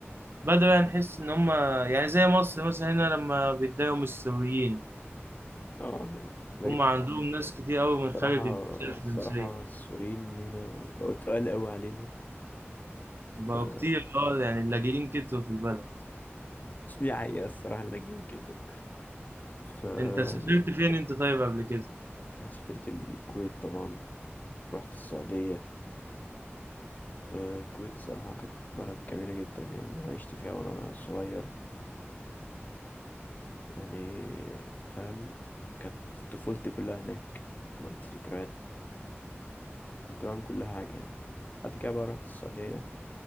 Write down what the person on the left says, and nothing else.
اه بقيت
صراحة
الصراحة السوريين هنا بقوا تقال قوي علينا
ف <laughs>
مش دي حقيقة الصراحة اللاجئين كده ف
يعني
أنا سافرت الكويت طبعا رحت السعودية آه، الكويت صراحة كانت بلد جميلة جدا يعني أنا عشت فيها وأنا صغير يعني فاهم كانت طفولتي كلها هناك عملت ذكريات كنت بعمل كل حاجة يعني بعد كده بقى رحت السعودية